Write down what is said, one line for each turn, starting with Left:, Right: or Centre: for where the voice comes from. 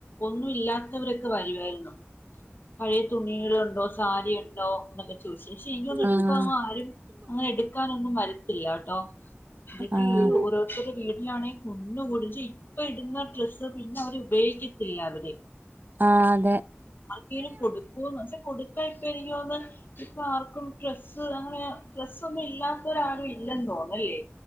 Left: ഒന്നും ഇല്ലാത്തവര് <unintelligible> വരുവായിരുന്നു. പഴയ തുണികളുണ്ടോ സ് സാരിക ണ്ടോ ന്നൊക്കെ ചോയ്ച്ചീനി. പക്ഷേ ഇൻക്ക് തോന്ന്ണ്
Right: ആഹ്
Left: ഇപ്പങ്ങാരും അങ്ങനെ എടുക്കാനൊന്നും വരത്തില്ല കേട്ടോ ഇതൊക്കെ
Right: ആഹ്
Left: ഈ ഓരോരുത്തരെ വീട്ടിലാണെ കുന്നു കൂടി ഇപ്പോ ഇടുന്ന ഡ്രസ്സ് പിന്നെ അവര് ഉപയോഗി എല്ലാവരേ
Right: ആഹ് അതെ
Left: <unintelligible> ലും കൊട്ക്കോന്ന് പക്ഷേ കൊട്ക്കാ ഇപ്പെണെങ്കി തോന്ന് ഇപ്പാർക്കും ഡ്രസ്സ് അങ്ങനെ ഡ്രസ്സൊന്നും ഇല്ലാത്തോരാരും ഇല്ലെന്ന് തോന്നുന്നു അല്ലേ